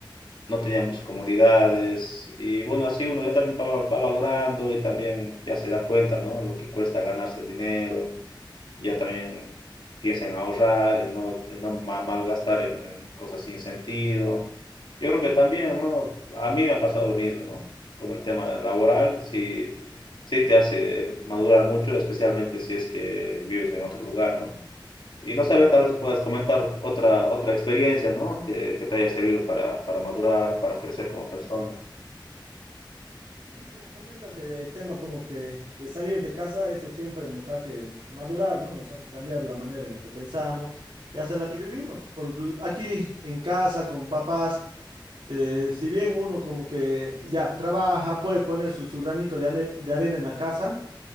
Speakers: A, on the left; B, on the right.
A: no tenía muchas comodidades y bueno, así uno ya también va, va valorando y también ya se da cuenta, ¿no? Lo que cuesta ganarse el dinero, ya también piensa en ahorrar, en no, en no ma- malgastar en, en cosas sin sentido. Yo creo que también, ¿no? A mí me ha pasado lo mismo, ¿no? Con el tema laboral, sí, sí te hace madurar mucho, especialmente si es que vives en otro lugar, ¿no? Y no sé, a ver,
B: Sí,
A: tal vez
B: la
A: me
B: verdad.
A: puedas comentar otra, otra experiencia, ¿no? Que, que te haya servido para, para madurar, para crecer como persona.
B: Sí, como comentas, eh, el tema como que de salir de casa, eso siempre nos hace madurar, ¿no? Nos hace cambiar la manera en la que pensamos y hasta en la que vivimos. Por l- aquí en casa, con papás, eh, si bien uno como que ya trabaja, puede poner su, su granito de, ane- de arena en la casa,